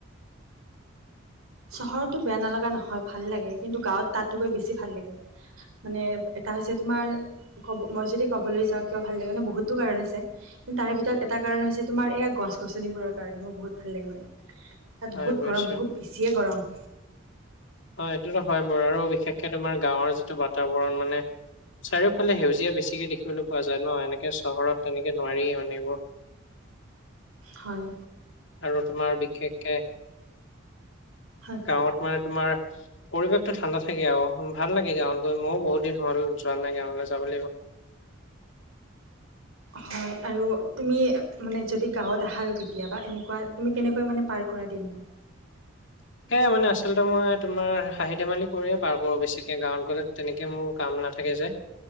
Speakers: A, on the right; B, on the left.
A: চহৰতো বেয়া নালগা নহয় ভাল লাগে। কিন্তু গাঁৱত তাত গৈ বেছি ভাল লাগে মানে। এটা হৈছে তোমাৰ ক'ব মই যদি ক'বলৈ যাওঁ কিয় ভাল লাগে নে বহুতো কাৰণ আছে। কিন্তু তাৰে ভিতৰত এটা কাৰণ হৈছে তোমাৰ এইয়া গছ-গছনিবোৰৰ কাৰণে মোৰ বহুত ভাল লাগে মানে। তাত
B: হয়
A: বহুত
B: বুজিছো।
A: গৰম, বহুত বেছিয়ে গৰম।
B: অ এইটোতো হয় বাৰু, আৰু বিশেষকে তোমাৰ গাঁৱৰ যিটো বাতাবৰণ মানে চাৰিওফালে সেউজীয়া বেছিকে দেখিবলৈ পোৱা যায় ন, এনেকে চহৰত তেনেকে নোৱাৰিয়েই মান এইবোৰ।
A: হয়
B: আৰু তোমাৰ বিশেষকে
A: হয়
B: গাঁৱত মানে তোমাৰ পৰিৱেশটো ঠাণ্ডা থাকে আৰু ভাল লাগে গাঁৱত গৈ মইও বহুত দিন হ'ল যোৱা নাই, গাঁৱলৈ যাব লাগিব। <inaudible>
A: হয় আৰু তুমি মানে যদি গাঁৱত আহা আৰু কেতিাবা, এনেকুৱা তুমি কেনেকৈ মানে প কৰা দিনবোৰ।
B: <inaudible> সেই মানে আচলতে মই তোমাৰ হাঁহি, ধেমালি কৰিয়ে পাৰ কৰো, বেছিকে গাঁৱত গ'লে তেনেকে মোৰ কাম। নাথাকে যে